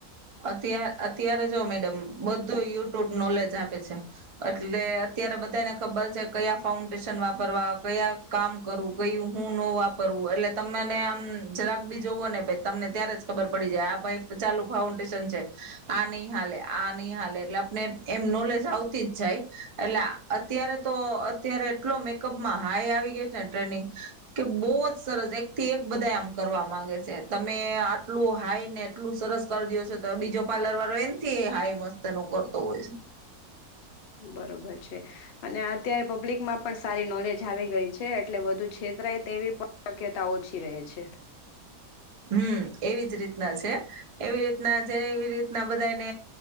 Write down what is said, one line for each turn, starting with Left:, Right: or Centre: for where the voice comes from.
Right: અત અત્યારે જો મેડમ બધો યુટ્યુબ નોલેજ આપે છે એટલે અત્યારે બધાને ખબર છે, કયા ફાઉન્ડેશન વાપરવા કયા કામ કરવું કયું હું ન વાપરવું એટલે તમને આમ જરાક બી જોવો ને ભ તમને ત્યારે જ ખબર પડી જાય આ ભાઈ ચાલુ ફાઉ ન્ડેશન આ ન હાલે આ નઈ હાલે એટલે આપને એમ નોલેજ આવતી જ જાય એટલે અત્યારે તો અત્યારે એટલો મેકઅપમાં હાઈ આવી ગયો છે, ને ટ્રેનિંગ કે બહુ જ સરસ એક થી એક બધા આમ કરવા માંગે છે, તમે આટલું હાઈ ને એટલું સરસ કરી દ તો બીજો પાર્લરવાળો એમથી હાઈ મસ્ત એનો કરતો હોય છે.
Left: બરોબર છે, અને અત્યારે પબ્લિકમાં પણ સારી જ્ઞાન આવી ગઈ છે, એટલે વધુ છેતરાય તેવી પણ શક્યતા ઓછી રહે છે.
Right: હમ એવી જ રીતના છે, એવી રીતના જે એવી રીતના બધાને